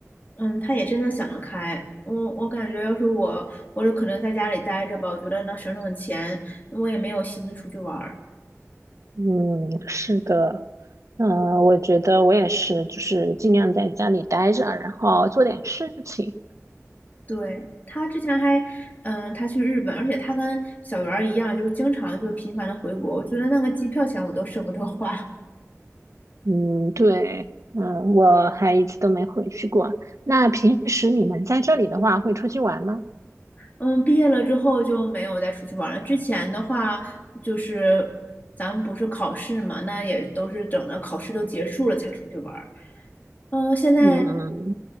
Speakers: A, on the left; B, on the right.
A: 嗯，他也真的想得开。我我感觉要是我，我就可能在家里待着吧，我觉得能省省钱，我也没有心思出去玩儿。
B: 嗯，是的。嗯，我觉得我也是，就是尽量在家里待着，然后做点事情。
A: 对，他之前还，嗯，他去日本，而且他跟小圆儿一样，就是经常就是频繁的回国，我觉得那个机票钱我都舍不得花。
B: 嗯，对，嗯，我还一次都没回去过。那平时你们在这里的话，会出去玩吗？
A: 嗯，毕业了之后就没有再出去玩了。之前的话，就是咱们不是考试嘛，那也都是等着考试都结束了才出去玩儿。嗯，现在
B: 嗯，